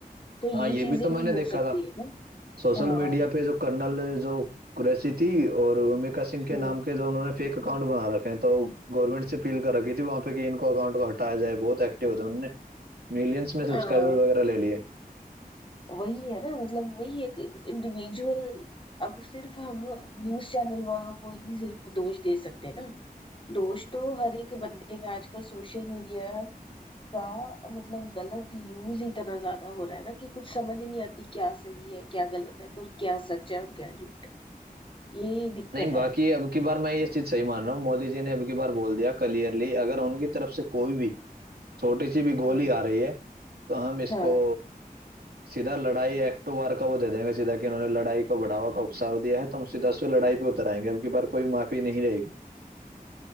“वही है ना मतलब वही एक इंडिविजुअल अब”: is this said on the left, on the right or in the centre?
Left